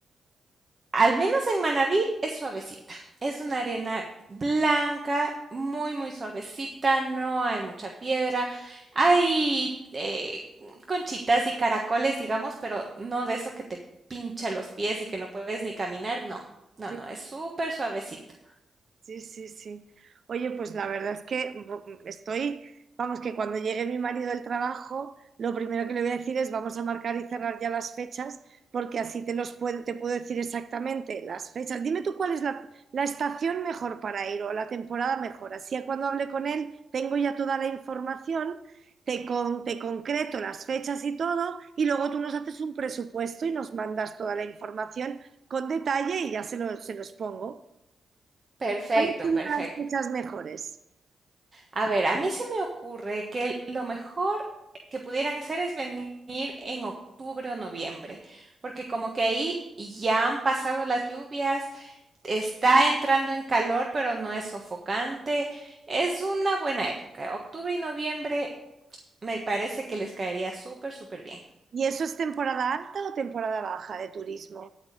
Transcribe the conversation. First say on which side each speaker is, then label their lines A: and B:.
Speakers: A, on the right (about 40°); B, on the right (about 60°).
A: Al menos en Manabí es suavecita. Es una arena blanca, muy, muy suavecita, no hay mucha piedra. Hay eh, conchitas y caracoles, digamos, pero no de eso que te pincha los pies y que no puedes ni caminar, no. No,
B: Sí.
A: no, es súper suavecita.
B: Sí, sí, sí. Oye, pues la verdad es que bu- estoy, vamos, que cuando llegue mi marido del trabajo, lo primero que le voy a decir es vamos a marcar y cerrar ya las fechas, porque así te los puedo, te puedo decir exactamente las fechas. Dime tú cuál es la, la estación mejor para ir o la temporada mejor. Así a cuando hable con él tengo ya toda la información, te, con, te concreto las fechas y todo, y luego tú nos haces un presupuesto y nos mandas toda la información con detalle y ya se lo- se los pongo.
A: Perfecto,
B: ¿Cuáles serían
A: perfecto.
B: las fechas mejores?
A: A ver, a mí se me ocurre que el- lo mejor que pudieran hacer es venir en octubre o noviembre, porque como que ahí ya han pasado las lluvias, Está entrando en calor, pero no es sofocante. Es una buena época. Octubre y noviembre me parece que les caería súper, súper bien.
B: ¿Y eso es temporada alta o temporada baja de turismo?